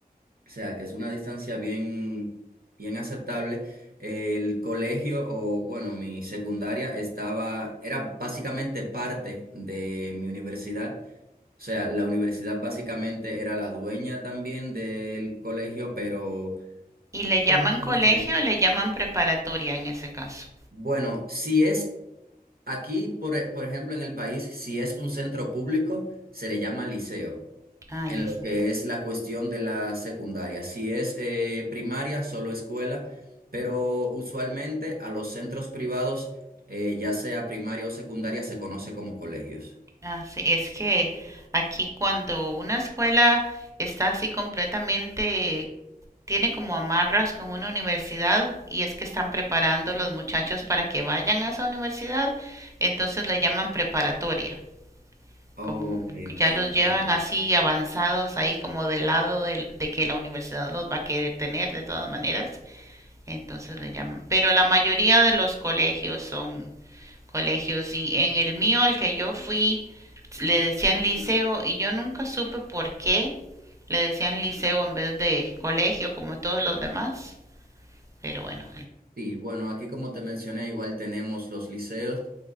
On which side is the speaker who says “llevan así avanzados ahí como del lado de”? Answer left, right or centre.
Right